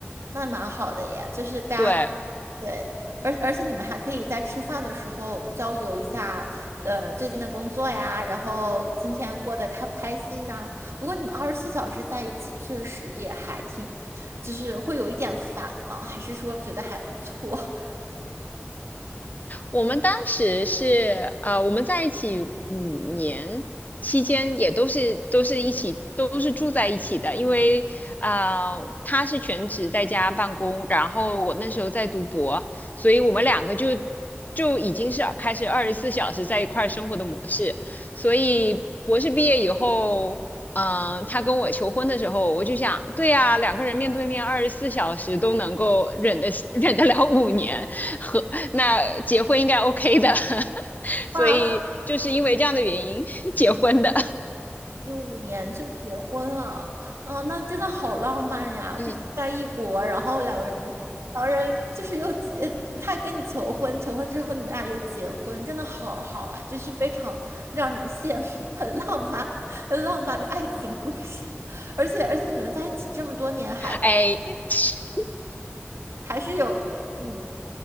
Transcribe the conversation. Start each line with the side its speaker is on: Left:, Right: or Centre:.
Right: 那蛮好的呀。就是大家
Left: 对，
Right: 对，而而且你们还可以在吃饭的时候交流一下，呃，最近的工作呀，然后今天过得开不开心呐、不过你们二十四小时在一起，确实也还挺，就是会有一点烦吗？还是说觉得还不错？
Left: 我们当时是呃，我们在一起五年期间，也都是都是一起都是住在一起的，因为呃，他是全职在家办公，然后我那时候在读博，所以我们两个就就已经是开始二十四小时在一块儿生活的模式，所以博士毕业以后。嗯，他跟我求婚的时候，我就想，对呀，两个人面对面二十四小时都能够忍得 <laughs> 忍得了五年，和那结婚应该 OK 的，<laughs>
Right: <laughs>
Left: 所以就是因为这样的原因
Right: 哇，
Left: <laughs> 结婚的。
Right: 一五年就结婚了，啊，那真的好浪漫呀！
Left: 嗯，
Right: 就是在异国，然后两个人，两个人就是又结，呃他跟你求婚，求婚之后你们俩又结婚，真的好好啊！就是非常让人羡慕，很浪漫，很浪漫的爱情故事。而且而且你们在一起这么多年还，
Left: 哎，<laughs>
Right: 还是有，嗯，